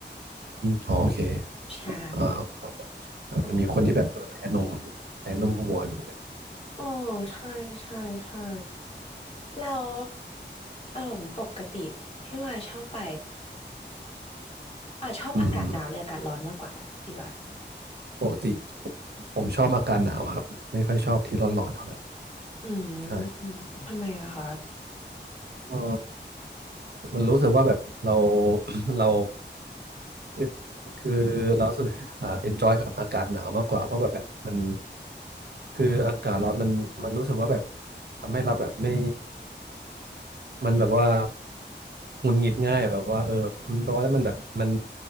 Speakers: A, on the right; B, on the left.
A: อมอ๋อโอเค
B: ใช่
A: อ่าพอจะอ่ามันมีคนที่แบบเออแพ้นม
B: อืม
A: แพ้นมวัวอยู่เหมือนกัน
B: โอ้ใช่ใช่ใช่แล้วเอ่อปกติพี่ว่าชอบไปอ่าชอบอากาศหนาวหรืออากาศร้อนมากกว่าดีกว่า
A: อืมปกติผมชอบอากาศหนาวครับไม่ค่อยชอบที่ร้อนๆเท่าไหร่
B: อืมอืมทำไมอะคะ
A: ใช่เออ มันรู้สึกว่าแบบเรา <coughs> <clears throat> เราคือคือเรารู้สึกอ่า enjoy กับอากาศหนาวมากกว่าเพราะแบบแบบมันคืออากาศร้อนมันมันรู้สึกว่าแบบทำให้เราแบบไม่มันแบบว่าหงุดหงิดง่ายแบบว่าเออแบบมันร้อนแล้วมันแบบมัน